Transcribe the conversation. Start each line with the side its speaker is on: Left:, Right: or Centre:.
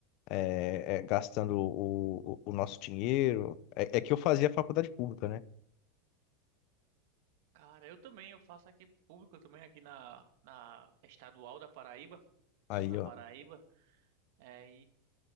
Left: é, é, gastando o, o, o nosso dinheiro? É, é que eu fazia faculdade pública, né?
Right: Cara, eu também, eu faço aqui público, também aqui na, na estadual da Paraíba.
Left: Aí,
Right: Sou da
Left: ó.
Right: Paraíba. É,